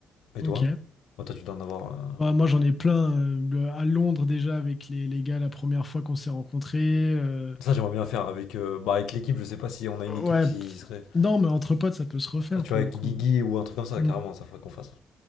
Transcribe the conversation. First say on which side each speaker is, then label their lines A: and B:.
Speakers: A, on the left; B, on the left.
A: Et
B: ouais.
A: toi?
B: ok.
A: Bon, toi, tu dois en avoir. euh,
B: Bah, moi, j'en ai plein. euh, le- à Londres, déjà, avec les, les gars, la première fois qu'on s'est rencontrés. euh,
A: Ça, j'aimerais bien faire avec, euh, bah, avec l'équipe. Je sais pas si on a une équipe
B: ouais,
A: qui
B: pff.
A: serait.
B: non, mais entre potes, ça peut se refaire,
A: Ah, Tu
B: pour
A: vois, avec
B: le coup.
A: Guigui ou un truc comme ça,
B: Mhm.
A: carrément, ça faudrait qu'on fasse.